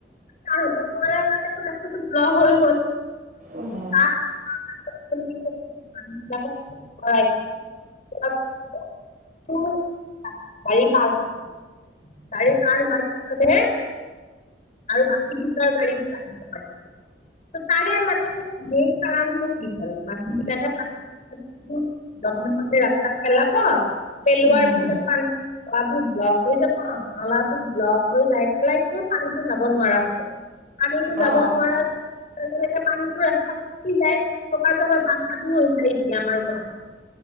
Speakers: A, on the left; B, on the right.
A: পাৰ হ'ব নোৱাৰাৰ কাৰণেটো ৰাস্তাটো ব্লক হৈ গ'ল।
B: অহ
A: <unintelligible> <unintelligible> গাড়ী পাৰ গাড়ী পাৰ হোৱাৰ পিছতহে আৰু বাকী পিছৰ গাড়ীবোৰ আহিব পাৰিছে। ত' তাৰে মানে সেই মেইন কাৰণটো কি হ'ল মানুহবিলাকে <unintelligible> <unintelligible> বোৰ যধে-মধে ৰাস্তাত পেলাব পেলোৱাৰ
B: উম
A: পিছত পানী নলাবোৰ ব্লক হৈ যাব নলাবোৰ ব্লক হৈ যাই পেলাই তোৰ পানীটো যাব নোৱাৰা হ'ব। পানীটো যাব
B: অ
A: নোৱাৰাৰ ত' সেনেকে পানীটো ৰাস্তাত থাকি যায় থকা <unintelligible> বানপানী হৈ যায় এতিয়া আমাৰ গুৱাহাটীত।